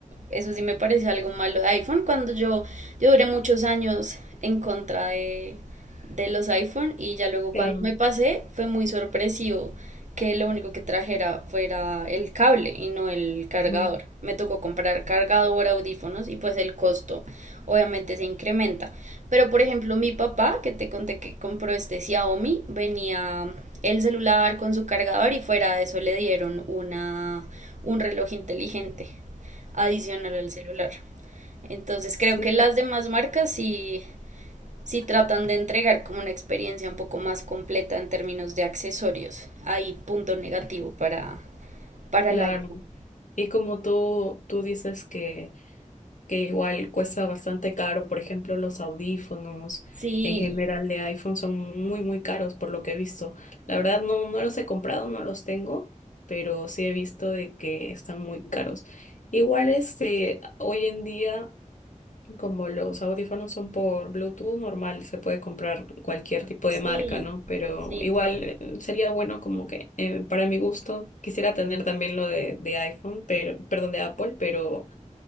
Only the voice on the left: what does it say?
Claro.
Ujú.
Sí,
sí,
claro.
Y como tú, tú dices que que igual cuesta bastante caro. Por ejemplo, los audífonos
en general de iPhone son muy, muy caros por lo que he visto. La verdad no, no los he comprado, no los tengo, pero sí he visto de que están muy caros. Igual este, hoy en día, como los audífonos son por Bluetooth normal, se puede comprar cualquier tipo
de marca, ¿no? Pero
igual
eh, sería bueno como que eh, para mi gusto quisiera tener también lo de, de iPhone, pero, perdón, de Apple, pero